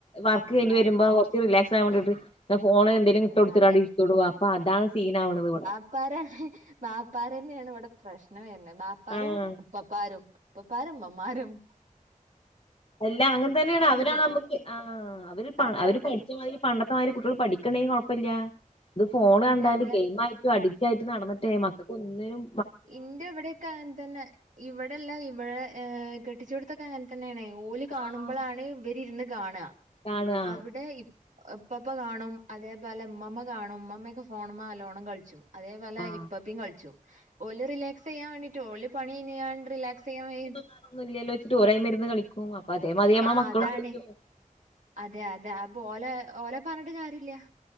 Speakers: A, on the left; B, on the right.
A: വർക്കുകഴിഞ്ഞുവരുമ്പോ
B: ആ
A: കൊറച്ചുറിലാക്സാവാൻ വേണ്ടീട്ട് ഫോണ് എന്തേലും ഇട്ടോടുത്തിട്ടവിടെയിരിത്തിട്ടുപോവും
B: അതെ
A: അപ്പ അതാണ് സീനാവണത്.
B: ഇപ്പാരെ ബാപ്പാരഞ്ഞേണ്വിടെ പ്രശ്നം വരണത്. ബാപ്പാരും
A: ആഹ്
B: ഇപ്പപ്പാരും ഇപ്പപ്പാരും ഇമ്മമ്മാരും.
A: അല്ലാ അങ്ങതന്നെയാണൊ അവരാ
B: കിട്ടുള്ളൂ
A: നമ്മുക്ക് ആ അവര് പാ
B: അതെ
A: അവര്
B: അതെ
A: പഠിച്ചമാതിരി പണ്ടത്തെമാതിരി കുട്ടികള് പഠിക്കണ്ടെങ്കി കൊഴപ്പല്ല. ഇത് ഫോണ് കണ്ടാല്
B: അതെ അതെ
A: ഗെയിംമായിട്ടും അ ഡിക്റ്റായിട്ട് നടന്നിട്ടെ മക്കക്കൊന്നിനും
B: ഇന്റെവിടെയൊക്കെ അങ്ങൻതന്നെ ഇവടെല്ലാ ഇവടെ ഏഹ് കെട്ടിച്ചോടത് തൊക്കെ അങ്ങത്തന്നെയാണെ ഓല് കാണുമ്പളാണ്
A: ആഹ്
B: ഇവരിരുന്ന് കാണുക
A: കാണാ
B: അവിടെ ഇപ് ഇപ്പാപ്പ കാണും അതേപോലെ ഇമ്മാമ്മ കാണും ഇമ്മാമ്മയൊക്കെ ഫോണുമ്മേ നല്ലോണം കളിച്ചും അതേപോലെ
A: ആഹ്
B: ഇപ്പപ്പീ കൾച്ചും. ഓല് റിലാക്സിയ്യാൻ വേ ട്ടോല് പണി കയ്ഞ്ഞിങ്ങാട് റിലാക്സിയ്യാൻ വേ
A: ഞ്ഞൊന്നും ഇല്ലല്ലോച്ചിട്ട് ഓലയിമ്മെരിന്ന് കളിക്കും. അപ്പൊ അതേമാതിരി നമ്മളെ
B: ആ
A: മക്കളും
B: അതാണെ.
A: പോയിട്ട്
B: അതെ അതെ അപ്പൊ ഓലെ ഓലെ പറഞ്ഞിട്ട് കാര്യല്ല.